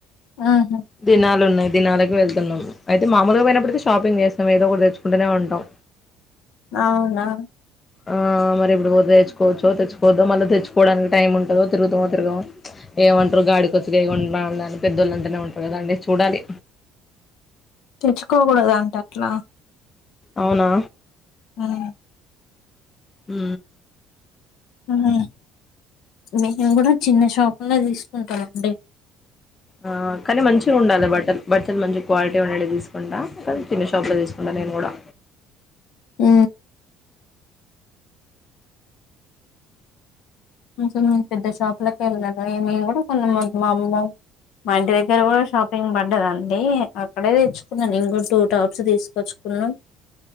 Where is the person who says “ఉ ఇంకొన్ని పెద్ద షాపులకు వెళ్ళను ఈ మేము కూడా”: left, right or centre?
Left